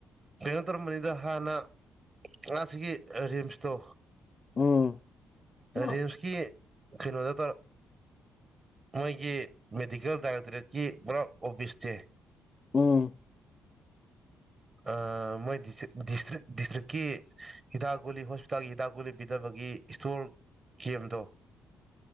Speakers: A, on the right; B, on the left.
A: ꯀꯩꯅꯣ ꯇꯧꯔꯝꯕꯅꯤꯗ ꯍꯥꯟꯅ ꯉꯥꯁꯤꯒꯤ ꯔꯤꯝꯁꯇꯣ
B: ꯎꯝ ꯎꯝ
A: ꯔꯤꯝꯁꯀꯤ ꯀꯩꯅꯣꯗ ꯇꯧꯔꯝ ꯃꯣꯏꯒꯤ ꯃꯦꯗꯤꯀꯦꯜ ꯗꯥꯏꯔꯦꯛꯇꯣꯔꯦꯠꯀꯤ ꯄꯨꯔꯥ ꯑꯣꯐꯤꯁꯁꯦ
B: ꯎꯝ
A: ꯑ ꯃꯣꯏ ꯗꯤꯁꯇ꯭ꯔꯤꯛ ꯗꯤꯁꯇ꯭ꯔꯤꯛꯀꯤ ꯍꯤꯗꯥꯛ ꯒꯨꯂꯤ ꯍꯣꯁꯄꯤꯇꯥꯜꯒꯤ ꯍꯤꯗꯥꯛ ꯒꯨꯂꯤ ꯄꯤꯗꯕꯒꯤ ꯏꯁꯇꯣꯔ ꯀꯦꯝꯗꯣ